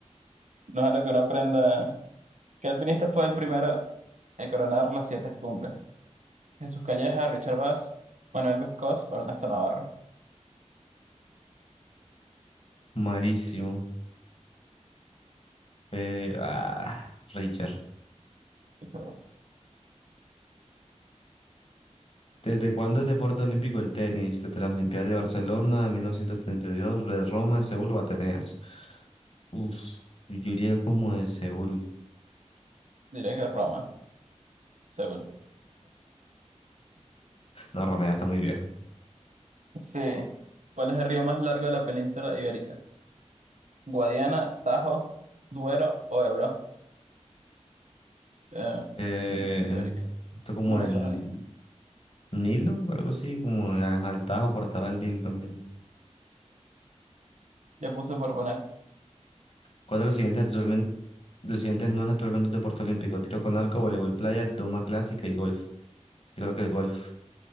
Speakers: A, on the right; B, on the left.
A: no es algo que uno aprenda. ¿Qué alpinista fue el primero en coronar las siete cumbres? Jesús Calleja, Richard Bass, Manuel Vescós, Ernesto Navarro.
B: Malísimo. Eh, ah, Richard.
A: Richard Bass.
B: ¿Desde cuándo es deporte olímpico el tenis? Desde las Olimpiadas de Barcelona, 1932, de Roma, de Seúl o Atenas. Uf, yo diría como de Seúl.
A: Diré que Roma, Seúl.
B: No, Roma ya está muy viejo.
A: Sí. ¿Cuál es el río más largo de la península ibérica? Guadiana, Tajo, Duero o Ebro. Eh,
B: Eh,
A: península ibérica.
B: esto como
A: No me
B: el
A: suena ni.
B: Nilo, algo así, como ajá, el Tajo, pero estaba el Nilo también.
A: Ya puse por poner.
B: ¿Cuál de los siguientes actualmente, los siguientes no es actualmente un deporte olímpico? Tiro con arco, voleibol playa, doma clásica y golf. Yo creo que el golf.